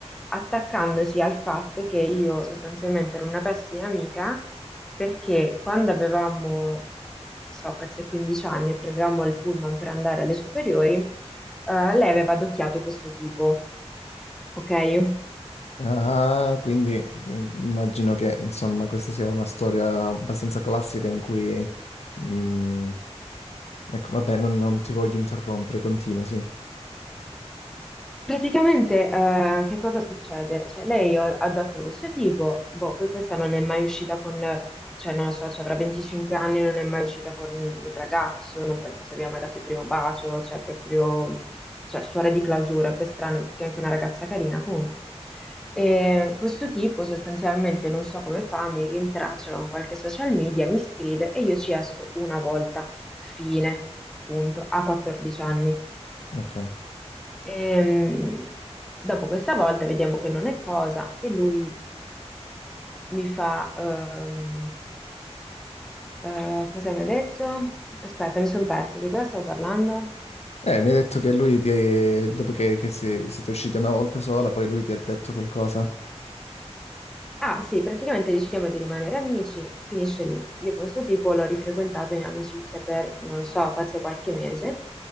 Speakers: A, in the centre; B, on the left.
A: attaccandosi al fatto che io sostanzialmente ero una pessima amica perché quando avevamo so, forse 15 anni, prendevamo il pullman per andare alle superiori, eh, lei aveva adocchiato questo tipo, ok?
B: Ah, quindi eh, immagino che insomma questa sia una storia abbastanza classica in cui... mm, ecco, vabbè, non, non ti voglio interrompere, continua, sì.
A: Praticamente, eh, che cosa succede? Cioè, lei o- addotti a questo tipo, boh, poi questa non è mai uscita con, cioè, non lo so, cioè, avrà 25 anni, non è mai uscita con un ragazzo, non penso abbia mai dato il primo bacio, cioè, proprio, cioè, suora di clausura, poi è strano, perché è anche una ragazza carina, comunque. E questo tipo, sostanzialmente, non so come fa, mi rintraccia con qualche social media, mi scrive e io ci esco una volta, fine, punto, a 14 anni.
B: Ok.
A: Ehm, dopo questa volta vediamo che non è cosa e lui mi fa, ehm, eh, cosa mi ha detto? Aspetta, mi sono persa, di cosa stavo parlando?
B: Eh, mi hai detto che lui ti... dopo che, che si- siete usciti una volta sola, poi lui ti ha detto qualcosa.
A: Ah sì, praticamente decidiamo di rimanere amici, finisce lì. Io questo tipo l'ho rifrequentato in amicizia per, non lo so, forse qualche mese